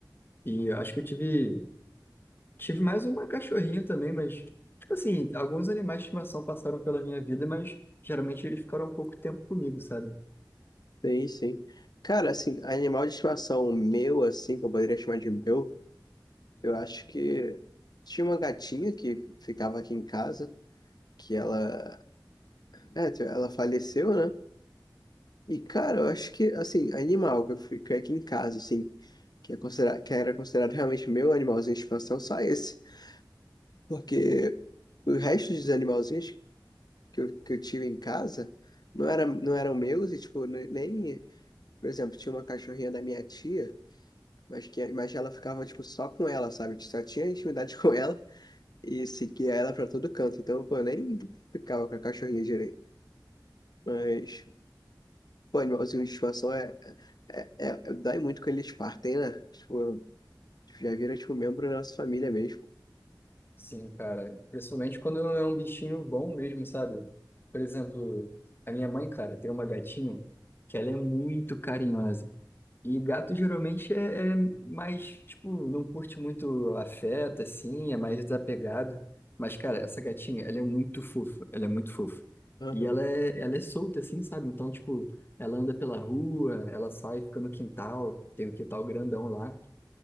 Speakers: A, on the left; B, on the left.
A: E eu acho que eu tive... Tive mais uma cachorrinha também, mas... Tipo assim, alguns animais de estimação passaram pela minha vida, mas... Geralmente, eles ficaram pouco tempo comigo, sabe?
B: Sim, sim. Cara, assim, animal de estimação meu, assim, que eu poderia chamar de meu, eu acho que tinha uma gatinha que ficava aqui em casa, que ela, é, te- ela faleceu, né? E, cara, eu acho que, assim, animal que eu fui que é aqui em casa, assim, que, é considera- que era considerado realmente meu animalzinho de estimação, só esse. Porque o resto dos animalzinhos que eu, que eu tive em casa não era, não eram meus e, tipo, nem, por exemplo, tinha uma cachorrinha da minha tia Mas, que, mas ela ficava, tipo, só com ela, sabe? Só tinha intimidade <laughs> com ela e seguia ela pra todo canto. Então, pô, eu nem ficava com a cachorrinha direito. Mas, pô, animalzinho de estimação é, é, é- é- Dói muito quando eles partem, né? Tipo, já vira, tipo, membro da nossa família mesmo.
A: Sim, cara. Principalmente quando é um bichinho bom mesmo, sabe? Por exemplo, a minha mãe, cara, tem uma gatinha que ela é muito carinhosa. E gato geralmente é, é mais, tipo, não curte muito afeto, assim, é mais desapegado. Mas, cara, essa gatinha, ela é muito fofa, ela é muito fofa.
B: Aham.
A: E ela é, ela é solta, assim, sabe? Então, tipo, ela anda pela rua, ela sai, fica no quintal, tem um quintal grandão lá.